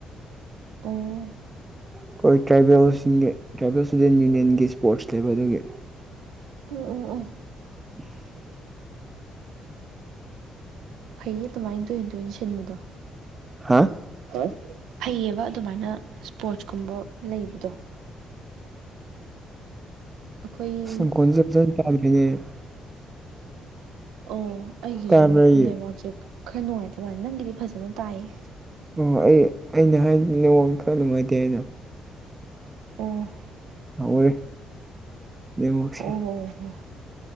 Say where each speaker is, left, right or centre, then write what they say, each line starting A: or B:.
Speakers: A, on the right; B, on the right.
A: ꯑꯣ
B: ꯑꯩꯈꯣꯏ ꯇ꯭ꯔꯥꯏꯕꯦꯜꯁꯤꯡꯒꯤ ꯇ꯭ꯔꯥꯏꯕꯦꯜ ꯏꯁꯇꯨꯗꯦꯟ ꯌꯨꯅꯤꯌꯟꯒꯤ ꯁ꯭ꯄꯣꯔꯠꯁ ꯂꯩꯕ ꯑꯗꯨꯒꯤ
A: ꯎ ꯑꯣ ꯑꯣ
B: <inaudible>
A: ꯐꯩꯌꯦ ꯑꯗꯨꯃꯥꯏꯅ ꯇꯣꯏꯅ ꯇꯣꯏꯅ ꯁꯤꯟꯕꯗꯣ
B: ꯍꯥ
A: ꯑꯣ ꯐꯩꯌꯦꯕ ꯑꯗꯨꯃꯥꯏꯅ ꯏꯁ꯭ꯄꯣꯔꯠꯁ ꯀꯨꯝꯕ ꯂꯩꯕꯗꯣ ꯑꯩꯈꯣꯏ
B: <unintelligible>
A: ꯑꯣ ꯑꯩꯒꯤꯁꯨ
B: ꯇꯥꯕ꯭ꯔꯥ ꯑꯩꯒꯤ
A: ꯅꯦꯠꯋꯥꯔꯛꯁꯦ ꯈꯔ ꯅꯨꯡꯉꯥꯏꯇꯕ ꯃꯜꯂꯦ ꯅꯪꯒꯤꯗꯤ ꯐꯖꯅ ꯇꯥꯏꯌꯦ
B: ꯑꯣ ꯑꯩ ꯑꯩꯅ ꯍꯥꯏ ꯅꯉꯣꯟ ꯈꯔ ꯅꯨꯡꯉꯥꯏꯇꯦ ꯍꯥꯏꯅ
A: ꯑꯣ
B: ꯍꯧꯒꯔꯦ ꯅꯣꯠꯋꯥꯔꯛꯁꯦ
A: ꯑꯣ ꯍꯣ